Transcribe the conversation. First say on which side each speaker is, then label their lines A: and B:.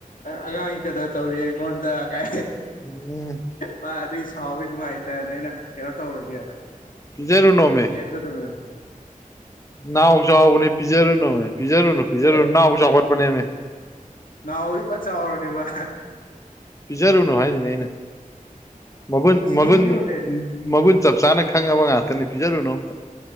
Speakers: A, on the left (about 70°); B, on the left (about 20°).
A: ꯑꯉꯥꯡꯒꯤ ꯀꯗ ꯇꯧꯔꯤ ꯑꯩꯉꯣꯟꯗ ꯀꯥꯏ
B: ꯎꯝ
A: ꯃꯥ ꯑꯗꯨ ꯁꯥꯎꯋꯤ ꯅꯨꯡꯉꯥꯏꯇꯅ ꯑꯩꯅ ꯀꯩꯅꯣ ꯇꯧꯔꯒꯦꯅ
B: ꯄꯤꯖꯔꯨꯅꯣꯃꯦ
A: ꯌꯦꯗ ꯃꯦ
B: ꯅꯥꯍ ꯆꯥꯎꯕꯅꯦ ꯄꯤꯖꯔꯨꯅꯨꯃꯦ ꯄꯤꯖꯔꯨꯅꯨ ꯄꯤꯖꯔꯨꯨ
A: ꯑꯦ
B: ꯅꯥꯍꯎ ꯆꯥꯎꯈꯠꯄꯅꯦꯃꯦ
A: ꯅꯥꯍꯔꯤꯕ ꯐ ꯆꯥꯎꯔꯅꯦꯕ
B: ꯄꯤꯖꯔꯨꯅꯨ ꯍꯥꯏꯁꯤꯅꯦ ꯑꯩꯅ ꯃꯒꯨꯟ
A: ꯑꯁ
B: ꯃꯒꯨꯟ
A: ꯅꯣꯡꯁꯤ ꯌꯦꯡꯉꯨꯅꯦ
B: ꯃꯒꯨꯟ
A: ꯑ
B: ꯆꯞ ꯆꯥꯅ ꯈꯪꯉꯕ ꯉꯥꯛꯇꯅꯤ ꯄꯤꯖꯔꯨꯅꯣ ꯑꯝꯇ